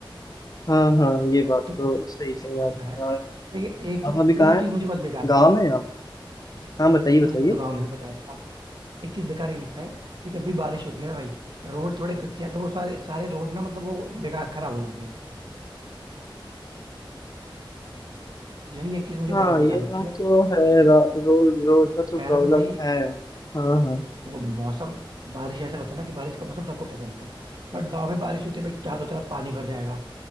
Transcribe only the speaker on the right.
तो
इसकी
सुविधा
है
लेकिन एक
चीज
एक
चीज मुझे बस बेकार लगता
है
भाई
हाँ मैं तो गाँव में हूँ बताया तो था एक चीज बेकार ये लगता है कि जब भी बारिश होती है ना भाई रोड थोड़े कच्चे हैं तो वो सारे सारे रोड ना मतलब वो बेकार खराब हो जाते हैं तो यही एक चीज मुझे
बहुत बेकार
लगती
है
क्योंकि
शहरों
में भाई
देखो मौसम बारिश ऐसा होता है ना कि बारिश का मौसम सबको पसंद होता है बट गांव में बारिश होते भाई चारों तरफ पानी भर जाएगा